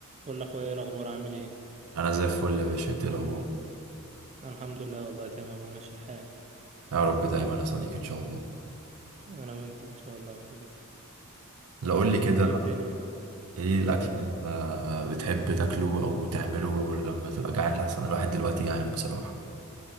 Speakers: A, on the right (about 30°); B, on the right (about 80°).
A: قول لاخويا ايه الاخبار عامل ايه
B: انا زي الفل يا باشا انت إيه الاخبار
A: أنا الحمد لله والله تمام وماشي الحال
B: يا رب دايما يا صديقي ان شاء الله
A: انا وانت ان شاء الله يا اخويا
B: لا قول لي كده
A: ليه الدنيا
B: ايه
A: قول
B: الاكل
A: يا عم
B: اللي انت بتحب تاكله او تعمله لما تبقى جعان لحسن الواحد دلوقتي جعان بصراحه